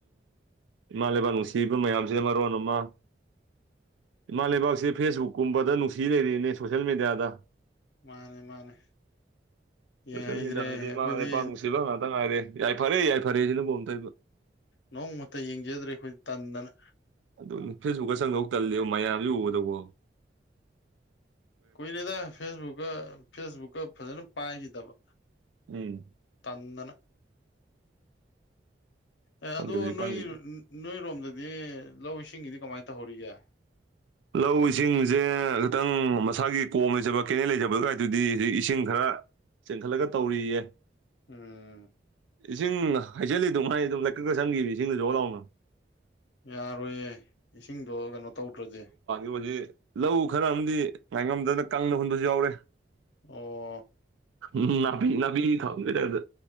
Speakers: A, on the right; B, on the left.
A: ꯎꯝꯃ ꯂꯩꯦꯕꯥꯛ ꯅꯨꯡꯁꯤꯕ ꯃꯌꯥꯝꯁꯤꯗ ꯃꯔꯔꯋꯥ ꯅꯃ ꯏꯃꯥ ꯂꯩꯕꯥꯛꯁꯦ ꯐꯦꯁꯕꯨꯛꯀꯨꯝꯕꯗ ꯅꯨꯡꯁꯤ ꯂꯩꯔꯤꯅꯦ ꯁꯣꯁꯦꯜ ꯃꯦꯗꯤꯌꯥꯗ
B: ꯃꯥꯅꯦ ꯃꯥꯅꯦ
A: ꯁꯣꯁꯦꯜ
B: ꯌꯦꯡꯍꯩꯗ꯭ꯔꯦ
A: ꯃꯤꯗꯤꯌꯥꯅꯗꯤ
B: ꯑꯩꯈꯣꯏꯗꯤ
A: ꯃꯥꯄ ꯅꯨꯡꯁꯤꯕ ꯉꯥꯛꯇ ꯉꯥꯏꯔꯦ ꯌꯥꯏ ꯐꯔꯦ ꯌꯥꯏ ꯐꯔꯦ ꯁꯤꯅ ꯣꯝꯇ
B: ꯅꯣꯡꯃꯛꯇ ꯌꯦꯡꯖꯗ꯭ꯔꯦ ꯑꯩꯈꯣꯏ ꯇꯟꯗꯅ
A: ꯑꯗꯨ ꯐꯦꯁꯕꯨꯛꯇ ꯆꯪꯗꯧ ꯇꯜꯜꯂꯤꯦꯕ ꯃꯌꯥꯝꯁꯨ ꯎꯒꯗꯧꯕꯣ
B: ꯀꯨꯏꯔꯦꯗ ꯐꯦꯁꯕꯨꯛꯀ ꯐꯦꯁꯕꯨꯛꯀ ꯐꯖꯅ ꯄꯥꯏꯈꯤꯗꯕ
A: ꯎꯝ
B: ꯑꯅ ꯑꯦ
A: ꯈꯪꯗꯦ
B: ꯑꯗꯣ
A: ꯍꯧꯖꯤꯛꯀꯥꯟꯁꯤꯗꯤ
B: ꯅꯣꯏ ꯅꯣꯏꯔꯣꯝꯗꯗꯤ ꯂꯧ ꯏꯁꯤꯡꯒꯤꯗꯤ ꯀꯃꯥꯏ ꯇꯧꯍꯧꯔꯤꯒꯦ
A: ꯂꯧ ꯏꯁꯤꯡꯖꯦ ꯈꯤꯇꯪ ꯃꯁꯥꯒꯤ ꯀꯣꯝ ꯂꯩꯖꯕ ꯀꯦꯅꯦꯟ ꯂꯩꯖꯕ ꯑꯗꯥꯏ ꯇꯨꯗꯤ ꯑꯖꯤꯛ ꯏꯁꯤꯡ ꯈꯔ ꯆꯦꯟꯈꯠꯂꯒ ꯇꯧꯔꯤꯌꯦ
B: ꯎꯝ
A: ꯏꯁꯤꯡ ꯍꯩꯖꯜꯂꯦꯗꯨꯉꯥꯏ ꯑꯗꯨꯝ ꯂꯩꯀꯛꯇ ꯆꯪꯒꯤꯃꯤ ꯏꯁꯤꯡꯗꯣ ꯖꯣ ꯂꯥꯎꯅ
B: ꯌꯥꯔꯣꯏꯌꯦ ꯏꯁꯤꯡꯗꯣ ꯀꯩꯅꯣ ꯇꯧꯗ꯭ꯔꯗꯤ
A: ꯋꯥꯖꯤ ꯂꯧ ꯈꯔ ꯑꯃꯗꯤ ꯉꯥꯏꯉꯝꯗꯅ ꯀꯪꯅ ꯍꯨꯟꯕꯖꯨ ꯌꯥꯎꯔꯦ
B: ꯑꯣ
A: ꯎꯝ ꯅꯥꯄꯤ ꯅꯥꯄꯤ ꯊꯥꯍꯨꯟꯕꯩ ꯇꯥꯏꯞꯇ